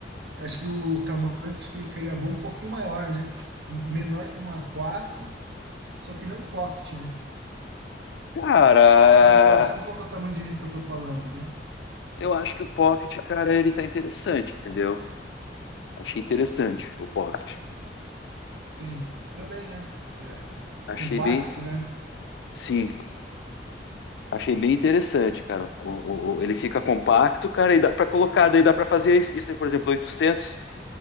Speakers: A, on the right; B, on the left.
A: Acho que o tamanho que ficaria bom um pouquinho maior, né? Menor que uma quatro, só que não pocket, né?
B: Cara,
A: Sabe qual, sabe qual que é o tamanho de livro que eu tô falando, né?
B: eu acho que o Pocket, cara, ele tá interessante, entendeu? Achei interessante o Pocket.
A: Sim, também, né? É,
B: Achei
A: compacto,
B: bem.
A: né?
B: Sim, achei bem interessante, cara. O- o- o- ele fica compacto, cara, e dá para colocar, daí dá para fazer isso, por exemplo, 800,